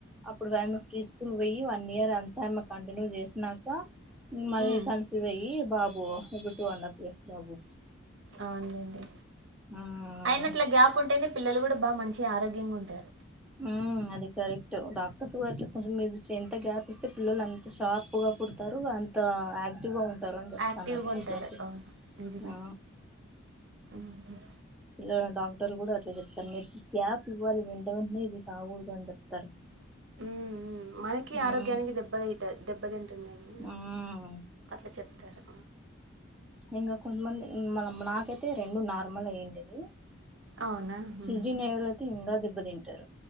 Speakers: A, in the centre; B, on the right.
A: అప్పుడుమ ఫ్రీ స్కూల్ పోయి వన్ ఇయర్ అంతా కంటిన్యూ చేసినాక మళ్ళీ
B: ఉమ్
A: కన్సవ్ అయ్యి బాబు ఇప్పుడు టూ అండ్ హాఫ్ ఇయర్స్ బాబు
B: అవునండి
A: ఆ
B: అయినట్ల గ్యాప్ ఉంటేనే పిల్లలు కూడా బాగా మనించి ఆరోగ్యంగా ఉంటారు
A: ఉ అది కరెక్ట్ డాక్టర్స్ కూడా అట్లా కొంచెం మీ ఎంత గ్యాప్ ఇస్తే పిల్లలు అంత షార్ప్ గా పుతారు అంత యాక్టివ్ గా ఉంట పుడతారని చెప్తున్నారు
B: యాక్టివ్గా
A: డాక్టర్స్
B: ఉంటారు అవును నిజమే
A: ఆ
B: ఉమ్
A: ఇట్లా డాక్టర్ కూడా అట్లా చెప్తారు మెడి గ్యాప్ ఇవ్వాలి వెంట వెంటనే ఇది కాకూడదు అని చెప్తారు
B: ఉ మనకి
A: ఉమ్
B: ఆరోగ్యానికి దెబ్బతది దెబ్బతింట ఉంటుంది
A: ఉమ్
B: అట్లా చెప్తారు
A: ఇంకా కొంతమంది నాకైతే రెండు నార్మల్ అయ్యండేది
B: అవునా
A: సిజరింగ్
B: ఉమ్
A: అయిన వాళ్ళు అయితే ఇంకా దెబ్బ తింటారు